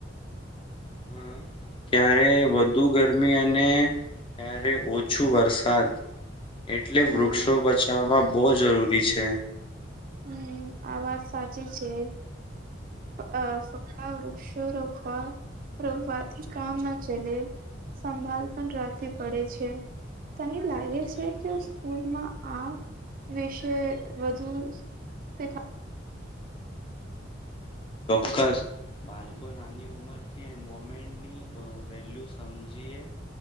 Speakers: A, on the left; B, on the right.
A: હા, ક્યારે વધુ ગરમી અને ત્યારે ઓછું વરસાદ એટલે
B: હા
A: વૃક્ષો બચાવવા બો જરૂરી છે.
B: હમ સાચી છે. ફક્ વૃક્ષો રોવા રોકવાથી કામ ના ચલે સંભળ પણ રાખવી પડે છે. તને લાગે છે.
A: બિલકુલ
B: સ્કૂલમાં આ વિશે વધુ. શીખા
A: <inaudible> બાળકો નાની ઉંમર અમે વેલ્યુ સમજીએ